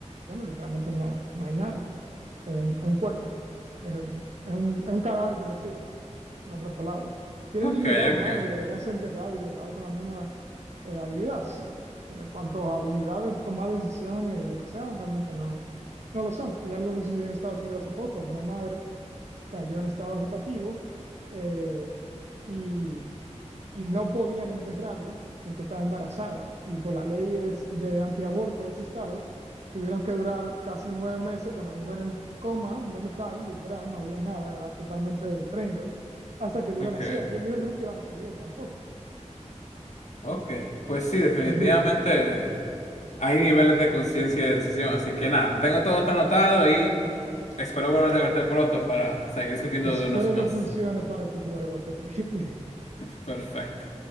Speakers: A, on the right (about 65°); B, on the left (about 70°).
A: bueno, literalmente no, no hay nada. es un, es un cuerpo, es, es un, es un cadáver que respira, en otras palabras. Tienen
B: Ok,
A: dignidad humana
B: ok,
A: y deberían ser enterrados y tratados con la misma eh, habilidad, sí, pero en cuanto a habilidades de tomar decisiones y lo que sea, realmente no, no lo son. Y algo que sucedió en Estados Unidos hace poco, donde una madre cayó en estado vegetativo eh, y y no podían enterrarla porque estaba embarazada y por las leyes de antiaborto de ese estado, tuvieron que durar casi nueve meses con la mujer en coma, un vegetal, literal, no había nada, era totalmente brain dead, hasta que el
B: ok,
A: hijo naciera. Y el hijo nunca iba a nacer bien tampoco.
B: ok. Pues sí, definitivamente
A: Terrible.
B: hay niveles de conciencia y de decisión. Así que nada, tengo todo esto anotado y espero volver a verte pronto para seguir discutiendo
A: Espero
B: de unos más.
A: que funcione para tu juego, <laughs> terrible.
B: <laughs> Perfecto.